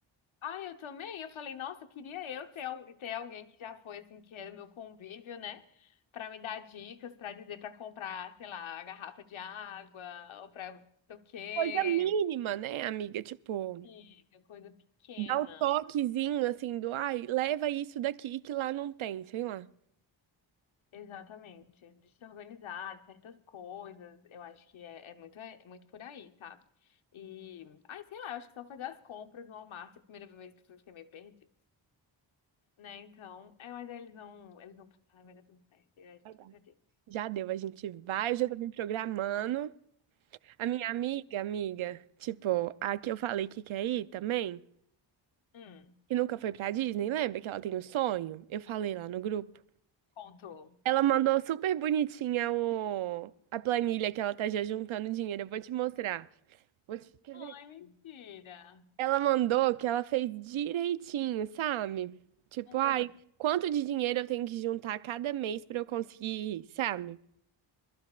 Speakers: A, on the left; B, on the right.
A: Ah, eu também? Eu falei, nossa, queria eu ter, al- ter alguém que já foi, assim, que era o meu convívio, né? Pra me dar dicas, pra dizer, pra comprar, sei lá, a garrafa de água, ou pra não sei o quê,
B: Coisa mínima, né, amiga? Tipo,
A: Amiga, coisa pequena.
B: dá o toquezinho assim do, ai, leva isso daqui que lá não tem, sei lá.
A: Exatamente. De se organizar, de certas coisas. Eu acho que é, é muito, é muito por aí, sabe? E, ai, sei lá, eu acho que só fazer as compras no Walmart, é a primeira vez que eu fiquei meio perdida, né? Então, é, mas eles vão, eles vão passar, vai dar tudo certo. E a gente
B: Vai dar.
A: vai pra Disney.
B: Já deu, a gente vai, eu já tô me programando. A minha amiga, amiga, tipo, a que eu falei que quer ir também,
A: Hum,
B: que nunca foi pra Disney, lembra que ela tem um sonho? Eu falei lá no grupo.
A: contou.
B: Ela mandou super bonitinha o... a planilha que ela tá já juntando dinheiro. Eu vou te mostrar. Vou te... Quer
A: Ai,
B: ver?
A: mentira.
B: Ela mandou que ela fez direitinho, sabe? Tipo,
A: Uhum.
B: ai, quanto de dinheiro eu tenho que juntar cada mês pra eu conseguir, sabe?